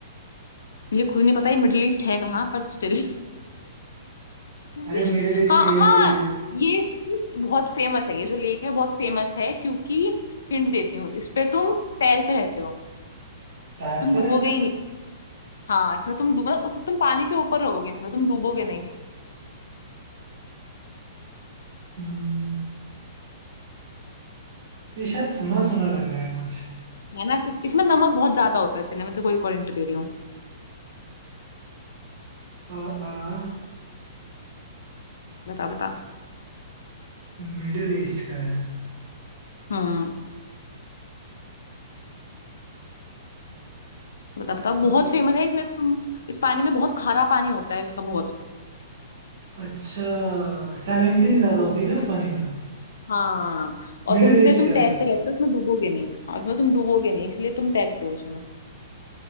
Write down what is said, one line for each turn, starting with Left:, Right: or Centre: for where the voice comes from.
Left: मुझे खुद नहीं पता ये मिडिल ईस्ट है कहाँ पर स्टिल <laughs>
Right: अरे मिडिल ईस्ट
Left: हाँ
Right: यही
Left: हाँ ये बहुत फेमस है ये जो लेक है बहुत फेमस है क्योंकि हिंट देती हूँ इस पे तुम तैरते रहते हो
Right: तैरते
Left: तुम डूबोगे
Right: रहते
Left: ही
Right: हो
Left: नहीं हाँ इसमें तुम डूबो उस तुम पानी के ऊपर रहोगे इसमें तुम डूबोगे नहीं
Right: हम्म ये शायद सुना सुना लग रहा है कुछ
Left: है ना इस, इसमें नमक बहुत ज्यादा होता है इसके अंदर मैं तेरे को एक और हिंट दे रही हूँ
Right: आ, आ,
Left: बता बता
Right: मिडिल ईस्ट का है
Left: हम्म बता बता
Right: अ,
Left: बहुत फेमस है इसमें तुम इस पानी में बहुत खारा पानी होता है इसका बहुत
Right: अच्छा सैलिनिटी ज्यादा होती है ना इस पानी में
Left: हाँ और
Right: मिडिल
Left: तुम इसलिए
Right: ईस्ट
Left: तुम
Right: का
Left: तैरते
Right: है
Left: रहते हो उसमें डूबोगे नहीं और उसमें तुम डूबोगे नहीं इसलिए तुम तैरते हो उसमें